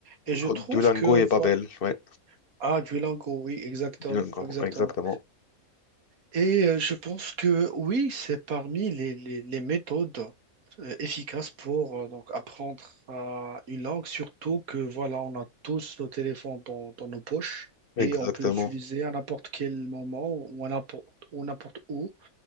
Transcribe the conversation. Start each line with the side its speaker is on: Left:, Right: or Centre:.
Right: Et
Left: Oh,
Right: je trouve
Left: Duolingo
Right: que
Left: et Babel,
Right: voilà,
Left: ouais.
Right: ah, Duolingo, oui, exactement,
Left: Duolingo,
Right: exactement.
Left: exactement.
Right: Et euh, je pense que oui, c'est parmi les, les- les méthodes euh, efficaces pour euh, donc apprendre euh, une langue, surtout que voilà, on a tous nos téléphones dans, dans nos poches
Left: Exactement.
Right: et on peut l'utiliser à n'importe quel moment ou à n'importe ou n'importe où.